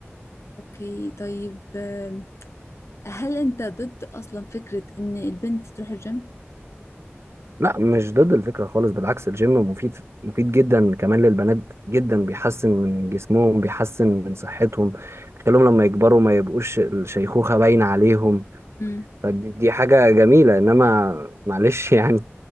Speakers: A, on the left; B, on the right.
A: اوكي طيب آم، هل انت ضد اصلا فكرة ان البنت تروح الجيم
B: لا مش ضد الفكرة خالص بالعكس الجيم مفيد مفيد جدا كمان للبنات جدا بيحسن من جسمهم بيحسن من صحتهم بيخليهم لما يكبروا ما يبقوش الشيخوخة باينة عليهم
A: امم
B: فدي دي حاجة جميلة إنما معلش <laughs> يعني